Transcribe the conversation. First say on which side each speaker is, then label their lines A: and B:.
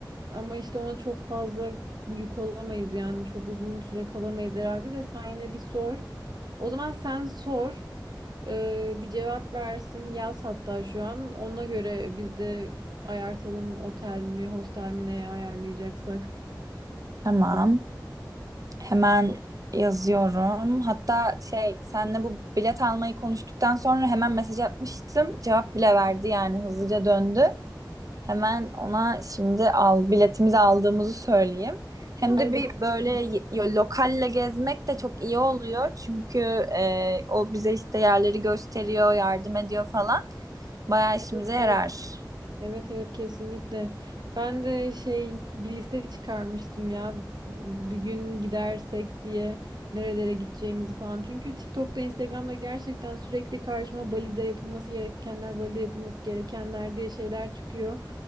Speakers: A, on the right (about 65°); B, on the right (about 50°).
A: ama işte ona çok fazla yük olamayız yani çok uzun süre kalamayız herhalde de sen yine bir sor. O zaman sen sor. Ee, bir cevap versin. Yaz hatta şu an. Ona göre biz de ayartalım otel mi, hostel mi neye ayarlayacaksak.
B: Tamam. Hemen yazıyorum. Hatta şey senle bu bilet almayı konuştuktan sonra hemen mesaj atmıştım. Cevap bile verdi yani hızlıca döndü. Hemen ona şimdi al biletimizi aldığımızı söyleyeyim. Hem
A: Ay
B: de bir
A: bakalım.
B: böyle y- y- lokalle gezmek de çok iyi oluyor. Çünkü e, o bize işte yerleri gösteriyor, yardım ediyor falan. Bayağı işimize
A: Evet,
B: yarar.
A: Evet evet kesinlikle. Ben de şey bir liste çıkarmıştım ya bir gün gidersek diye nerelere gideceğimizi falan. Çünkü TikTok'ta Instagram'da gerçekten sürekli karşıma Bali'de yapılması gerekenler, Bali'de yapılması gerekenler diye şeyler çıkıyor.